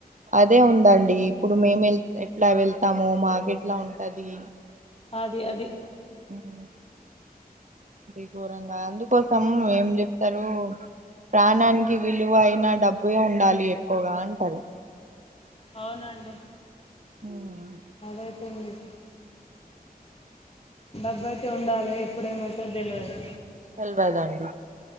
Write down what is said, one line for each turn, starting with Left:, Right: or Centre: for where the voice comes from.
Right: అదే ఉందండి ఇప్పుడు మేము వె ఎట్లా వెళ్తాము మాకు ఎట్లా ఉంటది
Left: అది అది
Right: ఉహ్ అది ఘోరంగా అందుకోసం ఏం చెప్తారు ప్రాణానికి విలువ అయినా డబ్బు ఉండాలి ఎక్కువగా అంటారు
Left: అవునండి
Right: ఉమ్,
Left: అదైతే నిజ డబ్బయితే ఉండాలే ఎప్పుడేమైతదొ తెల్వదు
Right: తెల్వదండీ